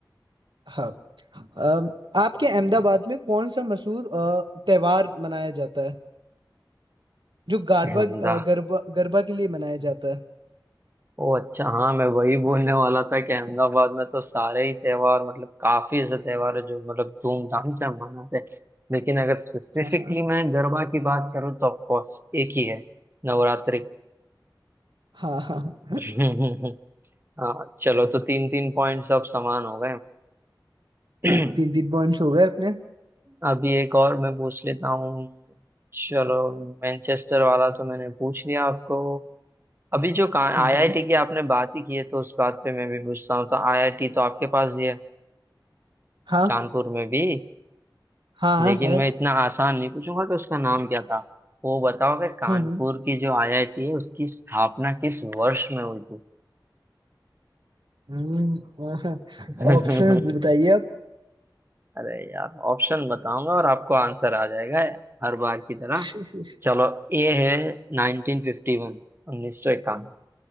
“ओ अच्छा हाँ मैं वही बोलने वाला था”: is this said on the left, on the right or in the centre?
Right